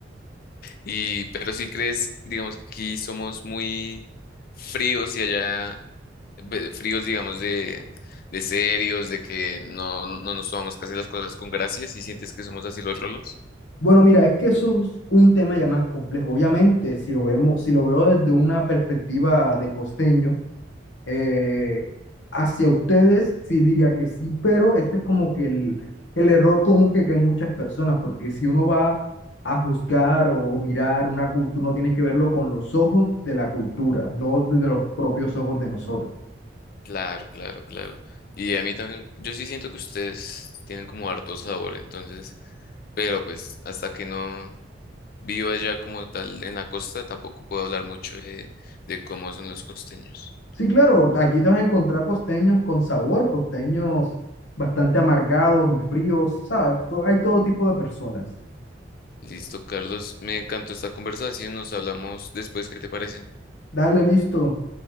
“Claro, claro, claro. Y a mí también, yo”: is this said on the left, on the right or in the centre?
Left